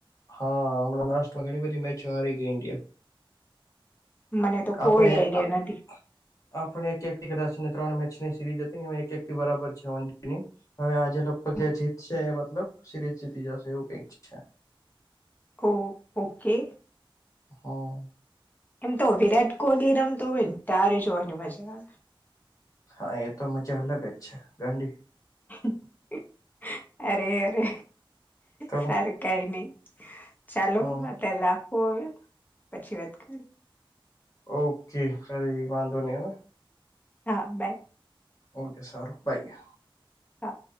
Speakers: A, on the left; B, on the left.
A: હા હમણાં <unintelligible> ઘણી બધી મેચો હારી ગઈ ઇન્ડિયા.
B: મને તો
A: આપણે
B: કોઈ આઈડિયા
A: આ
B: નથી
A: આપણે એક એક એક દસ ને ત્રણ મેચની સિરીઝ હતી ને એક એક બરાબર છે <unintelligible> ની. હવે આજે લગભગ
B: હમ,
A: જે જીતશે એ મતલબ સિરીઝ જીતી જશે એવું કઈક છે.
B: ઓ ઓકે.
A: હા.
B: એમ તો વિરાટ કોહલી રમતો હોય ને ત્યારે જોવાની મજા.
A: હા એ તો મજા અલગ જ છે ગાંડી.
B: <unintelligible> અરે અરે
A: તો
B: સારું કઈ નહી. ચાલો
A: હમ
B: અત્યારે રાખો હવે પછી વાત કરીએ.
A: ઓકે ખરી વાંધો નહી હે ને.
B: હા બાય.
A: ઓકે સારું બાય.
B: હા.